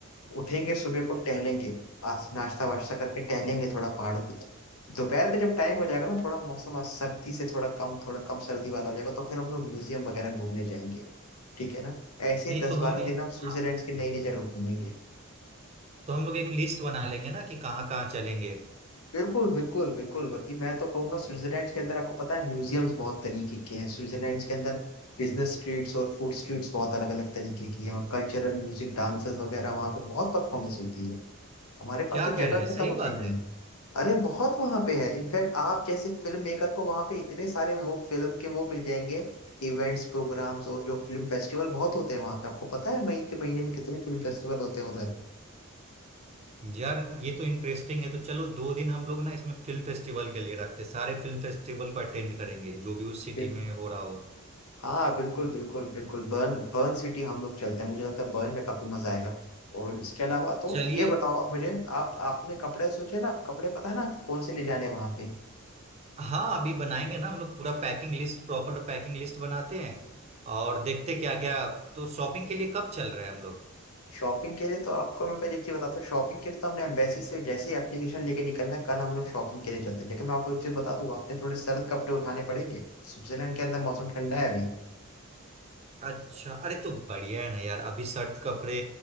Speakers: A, on the left; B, on the right.
A: उठेंगे सुबह को टहलेंगे आज नाश्ता वाश्ता करके टहलेंगे थोड़ा पहाड़ों की तरफ। दोपहर का जब टाइम हो जाएगा ना थोड़ा मौसम आज सर्दी से थोड़ा कम थोड़ा कम सर्दी वाला हो जाएगा तो फिर हम लोग म्यूजियम वगैरह घूमने जाएंगे ठीक है ना ऐसे
B: नहीं
A: ही दस
B: तो हम
A: बारह
B: ए,
A: दिन हम स्विट्जरलैंड
B: हाँ
A: के नई नई जगह घूमेंगे
B: तो हम लोग एक लिस्ट बना लेंगे ना कि कहाँ कहाँ चलेंगे
A: बिल्कुल बिल्कुल बिल्कुल बल्कि मैं तो कहूंगा स्विट्जरलैंड के अंदर आपको पता है म्यूजियम्स बहुत तरीके के हैं स्विट्जरलैंड के अंदर बिजनेस स्ट्रीट्स और फूड स्ट्रीट्स बहुत अलग अलग तरीके की हैं और कल्चरल म्यूजिक डांसेस वगैरह वहाँ पे बहुत परफॉर्मेंस होती है हमारे पास
B: क्या
A: तो
B: कह
A: जगह
B: रहे हैं
A: खत्म
B: सही
A: हो जाएंगी
B: बात है
A: अरे बहुत वहां पे है इनफैक्ट आप जैसे फिल्म मेकर को वहां पे इतने सारे वो फिल्म के वो मिल जाएंगे इवेंट्स प्रोग्राम्स और जो फिल्म फेस्टिवल बहुत होते हैं वहां पे आपको पता है मई के महीने में कितने फिल्म फेस्टिवल होते हैं उधर
B: यार ये तो इंटरेस्टिंग है तो चलो दो दिन हम लोग ना इसमें फिल्म फेस्टिवल के लिए रखते हैं। सारे फिल्म फेस्टिवल को अटेंड करेंगे जो भी उस सिटी
A: पे
B: में हो रहा हो
A: हाँ बिल्कुल बिल्कुल बिल्कुल बर्न बर्न सिटी हम लोग चलते हैं मुझे लगता है बर्न में काफी मजा आएगा और इसके अलावा तो
B: चलिए
A: ये बताओ आप मुझे आप आपने कपड़े सोचे ना आप कपड़े पता है ना आप कौन से ले जाने हैं वहां पे
B: हाँ अभी बनाएंगे ना हम लोग पूरा packing list proper packing list बनाते हैं और देखते क्या क्या तो शॉपिंग के लिए कब चल रहे हैं हम लोग
A: शॉपिंग के लिए तो आपको मैं पहले एक चीज बताता हूँ शॉपिंग के लिए तो हमने एम्बेसी से जैसे ही एप्लीकेशन लेके निकलना कल हम लोग शॉपिंग के लिए चलते हैं लेकिन मैं आपको एक चीज बता दूँ आपने थोड़े सर्द कपड़े उठाने पड़ेंगे स्विट्जरलैंड के अंदर मौसम ठंडा है अभी
B: अच्छा अरे तो बढ़िया है ना यार अभी सर्द कपड़े